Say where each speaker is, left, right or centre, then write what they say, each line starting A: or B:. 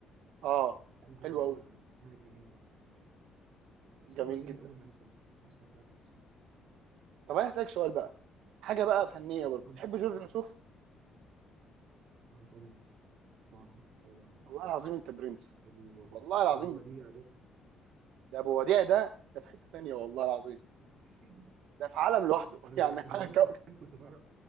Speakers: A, on the right (about 80°); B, on the right (about 55°).
A: اه
B: الالبوم
A: حلو
B: بتاع
A: قوي
B: فنها الجنينه ده حلو أوي. كان كسر
A: جميل
B: الدنيا
A: جدا
B: اول ما نزل فاكر مصر كلها كانت تسمعه
A: طب انا اسالك سؤال بقى حاجه بقى فنيه برضه
B: قول
A: تحب
B: لي.
A: جورج وسوف
B: اه طبعا طبعا طبعا ده
A: والله العظيم انت برنس
B: ابو
A: والله العظيم
B: ابو وديع ده
A: ده ابو وديع ده ده في حته تانيه والله العظيم
B: <clears throat>
A: ده في عالم لوحده
B: <laughs>
A: <laughs>
B: انا
A: يعني
B: زمان زمان
A: على كو...
B: كنت انا كنت بعرف